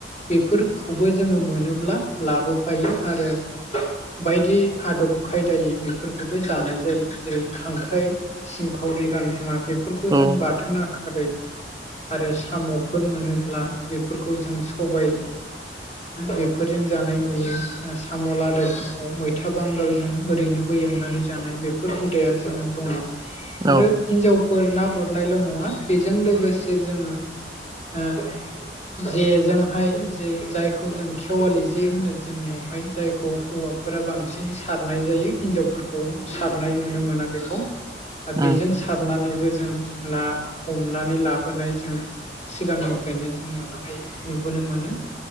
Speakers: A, on the left; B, on the right.
A: बेफोरखौबो जोङो मोनोब्ला लाबोफायो आरो बायदि आदब खायदायै बेफोरखौबो जानाय जायो जेरै खांख्राइ सिंखावरि गांजेमा बेफोरखौ
B: औ
A: जों बाथोन आखारै आरो साम'फोर मोनोब्ला बेफोरखौ जों सबाय बेफोरजों जानाय नुयो साम'लादायफोरखौ मैथा बांगालजों ओरैनोबो एवनानै जानाय बेफोर हुदाया जोंनाव दङ
B: औ
A: आरो हिन्जावफोर ना गुरनायल' नङा बेजों लोगोसे जोङो ओ जेजोंहाय जे जायखौ जों खेवालि जे होनो जोंनियावहाय जायखौ हौवा फोरा बांसिन सारनाय जायो हिनजावफोरखौ सारनाय नुनो मोना बेखौ बेजों
B: उम
A: सारनानैबो जों ना हमनानै लाबोनाय जों सिगांनिफ्रायनो जोंनियावहाय नुबोनो मोनो